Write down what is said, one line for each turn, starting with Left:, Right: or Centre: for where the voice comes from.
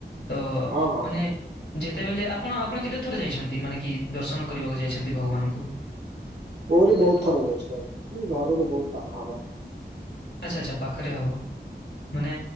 Left: ତ
Right: ହଁ ହଁ
Left: ମାନେ ଯେତେବେଳେ ଆପଣ ଆପଣ କେତେ ଥର ଯାଇଛନ୍ତି ମାନେ କି ଦର୍ଶନ କରିବାକୁ ଯାଇଛନ୍ତି। ଛନ୍ତି ଭଗବାନଙ୍କୁ।
Right: ମୋରି ବହୁତ ଥର ଯାଇଛି ଭାଇ ଘରରୁ ବହୁତ ପାଖ ହବ।
Left: ଆଚ୍ଛା ଆଚ୍ଛା ପାଖରେ ହବ ମାନେ